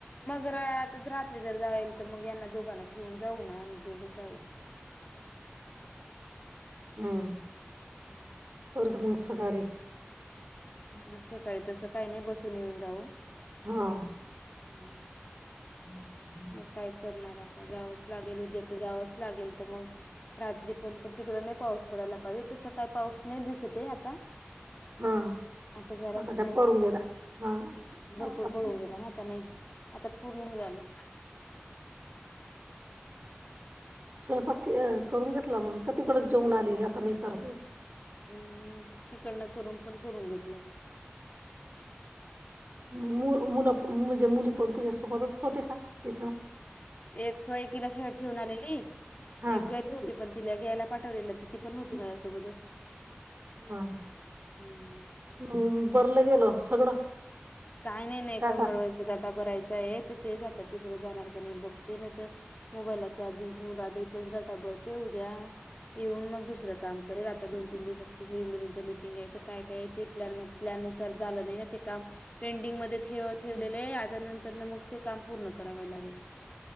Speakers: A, on the left; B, on the right.
A: मग रा रात्री जर जावेल तर मग यांना दोघांना ह्म्म जाऊ ना आम्ही दोघ जाऊ
B: ह्म्म
A: हम्म
B: मिक्स कराचे <unintelligible>
A: मग सकाळी तसं काहीनि बसून युन जाऊ
B: हा
A: हम्म मग काय करणार आता जावंच लागेल उद्या तर जावंच लागेल तर मग रात्री पण त तिकड पाऊस पडायला पाये तस काही पाऊस नाही दिसते आता
B: हा
A: आता जराच
B: काय पडून गेला हा
A: भरपूर
B: आता
A: पळून गेला ना आता नही आता पूर्ण हे आलं
B: स्वयंपाक क करून घेतला मंग का तीकडच जेऊन आली एका मं करते
A: अम् तिकडनं करून पण करून घेतलं.
B: मु र मुलं म्हणजे मुली पण तुझ्यासोबतच होते का तिथं
A: एक एकिला शाळेत ठेवून आलेली
B: हा
A: एक घ्यायची होती पण तिला घ्यायला पाठवलेलं तर ती पण होती माझ्यासोबतच
B: हा
A: हम्म
B: म बरलं गेल सगळं
A: काही नाही नाही
B: डाटा
A: अंगणवाडी चा आटा भरायचा आहे तर ते जातात तिकड जाणार का नाही बघ ते नाही तर मोबाईल ला चार्जिंग ठेऊून आली तोच डाटा भरते उद्या येऊन मग दुसरं काम करेल आता दोन तीन दिवसात किशोरी मुलींचं मिटिंग यायचं काय काय ते प्लॅन मग प्लॅ नुसार झालं नाही ना ते काम पेंडिंग मध्ये ठेव ठेवलेले आता नंतरन मग ते काम पूर्ण करावे लागेल